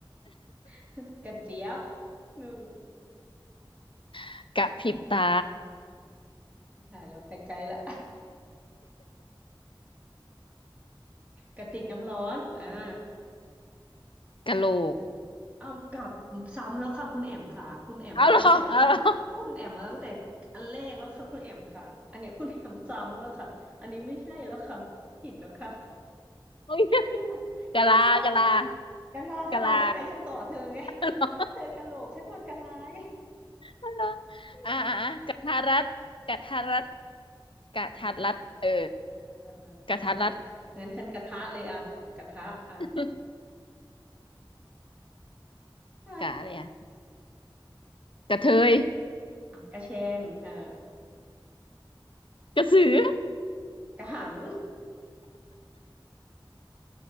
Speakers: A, on the right; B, on the left.
A: <laughs> กระเจี๊ยบอืม
B: <laughs> กระพริบตา
A: ถ่ายแล้วไปไกลละ <laughs> กระติกน้ำร้อนอ่า
B: กะโหลก
A: เอากลับซ้ำแล้วค่ะคุณแอมค่ะคุณแอมเอาตั้งแต่คำคุณแอมเอาตั้งแต่อันแรกแล้วค่ะคุณแอมค่ะอันเนี้ยคุณแอมซ้ำแล้วค่ะอันนี้ไม่ใช่แล้วค่ะผิดแล้วค่ะ
B: เอาเหรอเอาเหรอ
A: <laughs>
B: โอ้ย
A: อย่า
B: กะลากะลา
A: อย่ามากะลาฉันเอาแล้วไงฉันต่อเธอไง
B: กะลาเ
A: <laughs> เธอกะโหลกฉันว่ากะลาไง
B: อาเหรอ
A: ไม่ได้
B: เอาเหรออ่าอ่าอ่ากะทารัด กะทารัด กะทัดรัดเออ
A: อะไรวะกะทัดรัดอ่ะฉันก็
B: กะทัดรัด
A: งั้นฉันกระทะเลยอ่ะกระทะอ่ะ
B: <laughs>
A: <laughs>
B: กะอะไรอะกะเทย
A: กระแชงอ่า
B: กระสือ
A: กระหัง